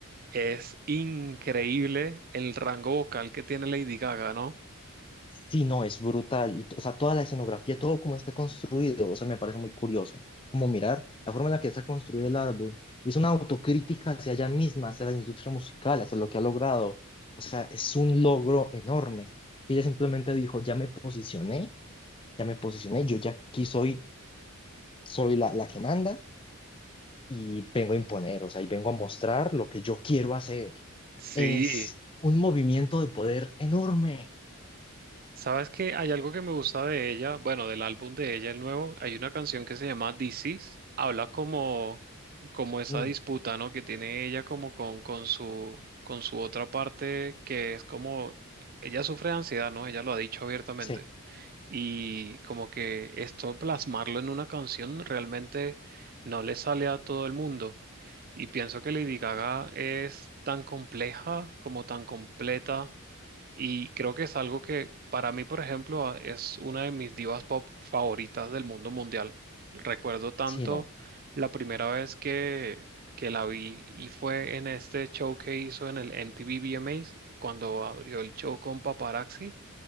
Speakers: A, on the right (about 40°); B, on the left (about 25°).
A: Es increíble el rango vocal que tiene Lady Gaga, ¿no?
B: Sí, no, es brutal. Y, t- o sea, toda la escenografía, todo como está construido, o sea, me parece muy curioso. Como mirar la forma en la que está construido el álbum. Y es una autocrítica hacia ella misma, hacia la industria musical, hacia lo que ha logrado. O sea, es un logro enorme. Y ella simplemente dijo, ya me posicioné, ya me posicioné, yo ya aquí soy, soy la la que manda y vengo a imponer, o sea, y vengo a mostrar lo que yo quiero hacer.
A: Sí.
B: Es un movimiento de poder enorme.
A: Sabes que hay algo que me gusta de ella, bueno, del álbum de ella, el nuevo, hay una canción que se llama This Is, habla como, como esa
B: Mm,
A: disputa, ¿no? Que tiene ella como con, con su, con su otra parte, que es como, ella sufre de ansiedad, ¿no? Ella lo ha dicho abiertamente.
B: sí,
A: Y como que esto plasmarlo en una canción realmente no le sale a todo el mundo. Y pienso que Lady Gaga es tan compleja como tan completa y creo que es algo que para mí, por ejemplo, a- es una de mis divas pop favoritas del mundo mundial. Recuerdo tanto
B: sí, no.
A: la primera vez que, que la vi y fue en este show que hizo en el MTV VMAs, cuando abrió el show con Paparazzi.